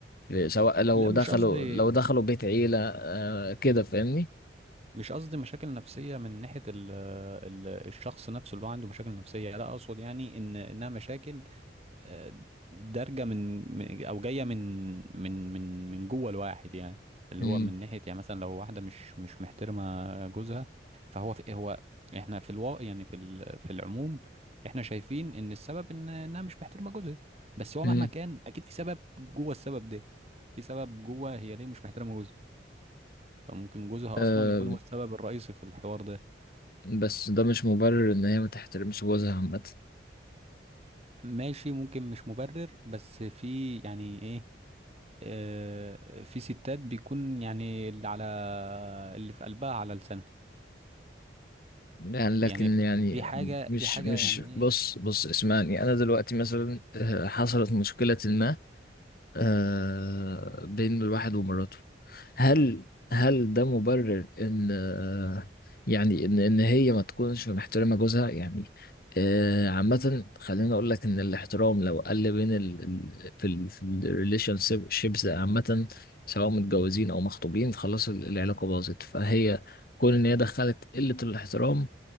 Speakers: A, on the left; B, on the right.
A: ال... سواء لو
B: لا مش
A: دخلوا
B: قصدي
A: لو دخلوا بيت عيلة آه كده فاهمني
B: مش قصدي مشاكل نفسية من ناحية ال... ال... الشخص نفسه اللي هو عنده مشاكل نفسية لا أقصد يعني إن إنها مشاكل آه، دارجة من من- أو جاية من من من من جوه الواحد يعني اللي
A: مم.
B: هو من ناحية يعني مثلا لو واحدة مش مش محترمة جوزها فهو في هو إحنا في الواقع يعني في ال... في العموم إحنا شايفين إن السبب إن إنها مش محترمة جوزها بس هو
A: مم.
B: مهما كان أكيد في سبب جوه السبب ده في سبب جوه هي ليه مش محترمة جوزها فممكن جوزها
A: آه
B: اصلا يكون هو السبب الرئيسي في الحوار ده
A: بس ده مش مبرر ان هي ما تحترمش جوزها عامة
B: ماشي ممكن مش مبرر بس في يعني ايه آه في ستات بيكون يعني اللي على اللي في قلبها على لسانها
A: يعني لكن
B: يعني
A: يعني
B: دي حاجة
A: مش
B: دي حاجة
A: مش
B: يعني
A: بص
B: ايه
A: بص اسمعني انا دلوقتي مثلا آه، حصلت مشكلة ما آه بين الواحد ومراته هل هل ده مبرر ان آه، يعني ان ان هي ما تكونش محترمه جوزها يعني آه، عامه خليني اقول لك ان الاحترام لو قل بين ال ال- في ال في الريليشن شيبس عامه سواء متجوزين او مخطوبين خلاص ال- العلاقه باظت فهي كون ان هي دخلت قله الاحترام